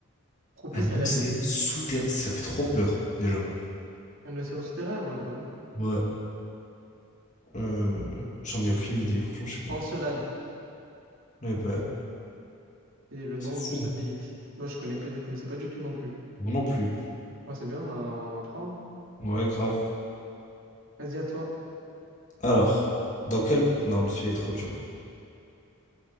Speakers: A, on the right; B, on the left.
A: propice
B: Un
A: à
B: océan
A: la vie.
B: souterrain. Ça fait trop peur, déjà.
A: Un océan souterrain? Ouais, bah oui.
B: Ouais. Euh, j'en ai aucune idée, franchement, je sais pas.
A: Encelade,
B: Ouais, bah,
A: c'est le nom
B: c'est fou.
A: du satellite.
B: hein.
A: Moi, je connais pas, je connaissais pas du tout non plus.
B: Moi non plus.
A: Ouais, c'est bien, on, a- on apprend. hein.
B: Ouais, grave.
A: Vas-y, à toi.
B: Alors, dans quel... Non, lui, celui est trop dur.